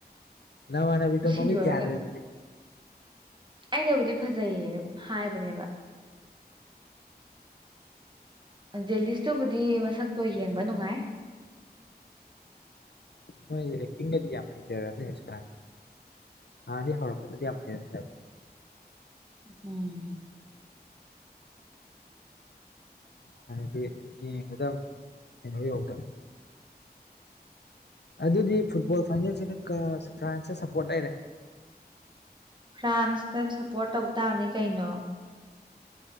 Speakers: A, on the left; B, on the right.
A: ꯅꯃꯅꯕꯤꯗꯣ
B: ꯁꯤ
A: ꯃꯃꯤꯠ
B: ꯂꯣꯏꯔꯒ
A: ꯌꯥꯗꯔꯦ ꯑꯗꯨꯗꯤ
B: ꯑꯩꯅꯕꯨꯗꯤ ꯐꯖꯩꯌꯦꯅ ꯍꯥꯏꯕꯅꯦꯕ ꯖꯦꯂꯤꯁꯇꯨꯕꯨꯗꯤ ꯃꯁꯛꯇꯣ ꯌꯦꯡꯕ ꯅꯨꯡꯉꯥꯏ
A: ꯃꯣꯏ ꯑꯦꯛꯇꯤꯡꯒꯥꯗꯤ ꯌꯥꯝ ꯍꯩꯖꯔꯕꯅꯦ ꯍꯧꯖꯤꯛꯀꯥꯟ ꯍꯥꯟꯅꯗꯤ ꯍꯧꯔꯛꯄꯗꯗꯤ ꯌꯥꯝ ꯍꯩꯔꯝꯗꯕꯅꯤ
B: ꯎꯝ
A: ꯍꯥꯏꯕꯗꯤ ꯌꯦꯡꯕꯗ ꯀꯩꯅꯣ ꯌꯧꯗꯝ <unintelligible> ꯑꯗꯨꯗꯤ ꯐꯨꯠꯕꯣꯜ ꯐꯥꯏꯅꯦꯜꯁꯤꯅ ꯀ ꯐ꯭ꯔꯥꯟꯁꯇ ꯁꯞꯄꯣꯔ꯭ꯠ ꯂꯩꯔꯦ
B: ꯐ꯭ꯔꯥꯟꯁꯇ ꯁꯞꯄꯣꯔ꯭ꯠ ꯇꯧ ꯇꯥꯕꯅꯤ ꯀꯩꯅꯣ